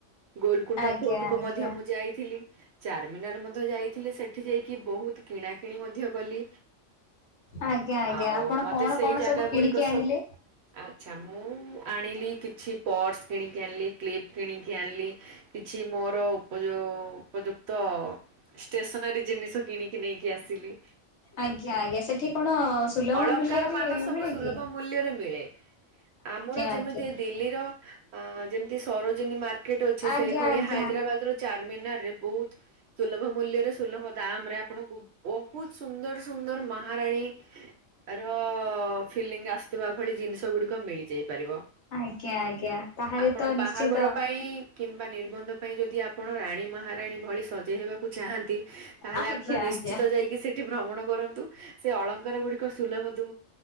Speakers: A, on the right; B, on the left.
A: ଗୋଲକୁୁଣ୍ଡା
B: ଆଜ୍ଞା
A: ଫୋର୍ଟ
B: ଆଜ୍ଞା।
A: କୁ ମଧ୍ୟ ମୁଁ ଯାଇଥିଲି ଚାରମିନାର ମଧ୍ୟ ଯାଇଥିଲି ସେଠି ଯାଇକି ବହୁତ କିଣା କିିଣି ମଧ୍ୟ କଲି।
B: ଆଜ୍ଞା ଆଜ୍ଞା
A: ଆଉ
B: ଆପଣ
A: ମତେ
B: କଣ
A: ସେଇ
B: କଣ
A: ଜାଗାଗୁଡିକ
B: ସବୁ କିଣିକି ଆଣିଲେ?
A: ସବୁ ଆଚ୍ଛା ମୁଁ ଆଣିଲି କିଛି ପର୍ସ କିଣିକି ଆଣିଲି କ୍ଲିପ କିଣିକି ଆଣିଲି କିଛି ମୋର ଉପଯ ଉପଯୁକ୍ତ ଷ୍ଟେସନାରୀ ଜିନିଷ କିଣିକି ନେଇକି ଆସିଲି।
B: ଆଜ୍ଞା ଆଜ୍ଞା ସେଠି କଣ ସୁଲଭ
A: ଅଳଙ୍କାର
B: ମୂଲ୍ୟରେ
A: ମାନ ସବୁ
B: ମିଳେକି?
A: ସୁଲଭ ମୂଲ୍ୟରେ ମିଳେ। ଆମର ଯେମିତି
B: ଆଜ୍ଞା
A: ଦିଲ୍ଲୀର ଆ ଯେମତି ସରୋଜିନୀ ମାର କେଟ ଅଛି
B: ଆଜ୍ଞା
A: ସେଇଭଳି
B: ଆଜ୍ଞା
A: ହାଇଦ୍ରାବାଦର ଚାରମିନାରରେ ବହୁ ସୁଲଭ ମୂଲ୍ୟରେ ସୁଲଭ ଦାମ ରେ ଆପଣଙ୍କୁ ବହୁତ ସୁନ୍ଦର ସୁନ୍ଦର ମହାରାଣୀ ର ଫିଲିଙ୍ଗ ଆସୁଥିବା ଭଳି ଜିନିଷ ଗୁଡିକ ମିଳିଯାଇ ପାରିବ।
B: ଆଜ୍ଞା ଆଜ୍ଞା ତାହେଲେ
A: ଆପଣ
B: ତ ନିଶ୍ଚିନ୍ତ
A: ବାହାଘର ପାଇଁ କିମ୍ବା ନିର୍ବନ୍ଧ ପାଇଁ ଯଦି ଆପଣ ରାଣୀ ମହାରାଣୀ ଭଳି ସଜେଇ ହେବାକୁ ଚାହାଁନ୍ତି ତାହେଲେ
B: ଆଜ୍ଞା
A: ଆପଣ ନିଶ୍ଚିତ
B: ଆଜ୍ଞା
A: ଯାଇକି ସେଠ ଠି ଭ୍ରମଣ କରନ୍ତୁ ସେ ଅଳଙ୍କାର ଗୁଡିକ ସୁଲଭ ଦୁ